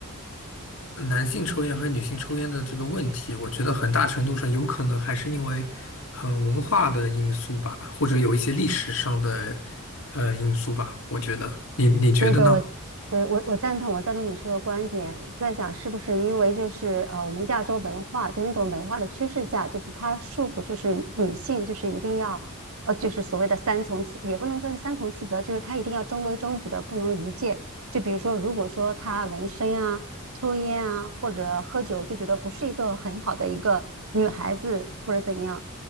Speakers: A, on the left; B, on the right.
A: 男性抽烟和女性抽烟的这个问题，我觉得很大程度上有可能还是因为，呃，文化的因素吧，或者有一些历史上的，呃，因素吧。我觉得，你你觉得呢？
B: 对的，我我我我赞同，我赞同你说的观点。我在想，是不是因为就是呃，我们亚洲文化就那种文化的趋势下，就是它束缚，就是女性就是一定要呃，就是所谓的三从四，也不能说是三从四德，就是她一定要中规中矩的，不能逾界。就比如说，如果说她纹身啊、抽烟啊或者喝酒，就觉得不是一个很好的一个女孩子或者怎样。